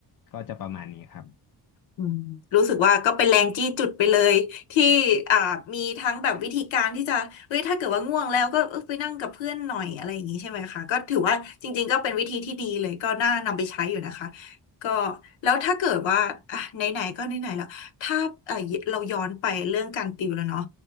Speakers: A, on the left; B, on the left.
A: ก็จะประมาณนี้ครับ
B: อืมรู้สึกว่าก็เป็นแรงจี้จุดไปเลยที่อ่ามีทั้งแบบวิธีการที่จะเฮ้ยถ้าเกิดว่าง่วงแล้วก็เออไปนั่งกับเพื่อนหน่อยอะไรอย่างนี้ใช่ไหมคะก็ถือว่าจริงๆก็เป็นวิธีที่ดีเลยก็น่านำไปใช้อยู่นะคะก็แล้วถ้าเกิดว่าอ่ะไหนๆก็ไหนๆแล้วถ้าเออเราย้อนไปเรื่องการติวแล้วเนาะ